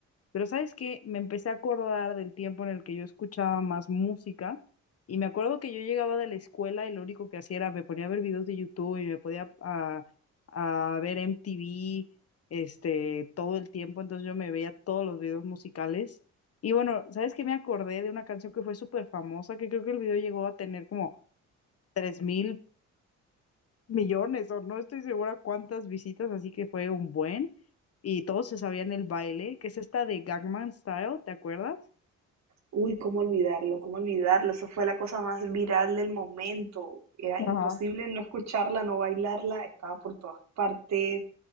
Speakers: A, on the left (about 50°); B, on the right (about 60°).
A: pero ¿sabes qué? Me empecé a acordar del tiempo en el que yo escuchaba más música y me acuerdo que yo llegaba de la escuela y lo único que hacía era me ponía a ver videos de YouTube y me podía a, a ver MTV este, todo el tiempo, entonces yo me veía todos los videos musicales. Y bueno, ¿sabes qué? Me acordé de una canción que fue súper famosa, que creo que el video llegó a tener como... tres mil millones o no estoy segura cuántas visitas, así que fue un buen. Y todos se sabían el baile, que es esta de Gangnam Style, ¿te acuerdas?
B: Uy, cómo olvidarlo, cómo olvidarlo. Eso fue la cosa más viral del momento. Era imposible
A: Ajá.
B: no escucharla, no bailarla. Estaba por todas partes.